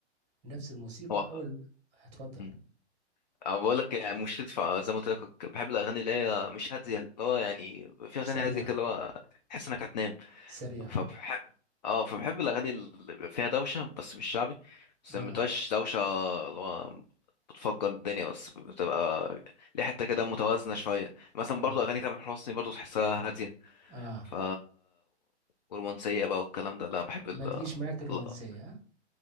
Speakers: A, on the right (about 20°); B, on the left (about 40°).
A: نفس الموسيقى
B: هو
A: اول هتفضل
B: مم. أه بقول لك يعني مشكلتي في- زي ما قلت لك بحب الاغاني اللي هي مش هاديه اللي هو يعني في اغاني
A: سريع
B: هاديه كده اللي هو تحس انك هتنام
A: سريع
B: فبحب اه فبحب الاغاني اللي بيبقى فيها دوشه بس مش شعبي بس
A: اه
B: ما بتبقاش دوشه اللي هو بتفكر الدنيا بس بتبقى ليه حته كده متوازنه شويه مثلا
A: اه
B: برضو اغاني تامر حسني برضو تحسها هاديه
A: اه
B: ف ورومانسيه بقى والكلام ده لا بحب ال
A: ما تجيش معاك الرومانسية
B: لا.